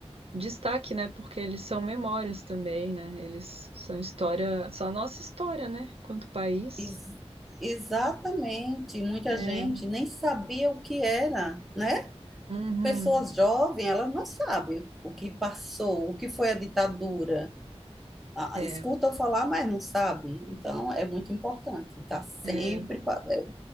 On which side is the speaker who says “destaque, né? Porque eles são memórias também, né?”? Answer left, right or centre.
Right